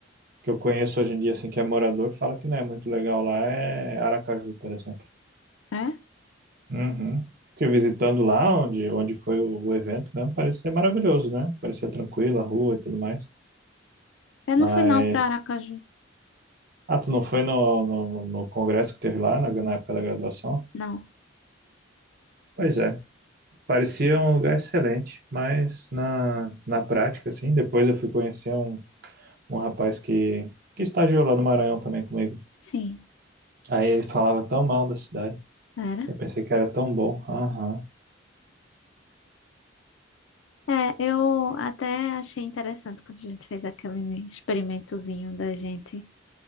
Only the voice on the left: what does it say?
É?
Eu não
fui não para Aracaju.
Não.
Sim.
Era?
É, eu até achei interessante quando a gente fez aquele experimentozinho da gente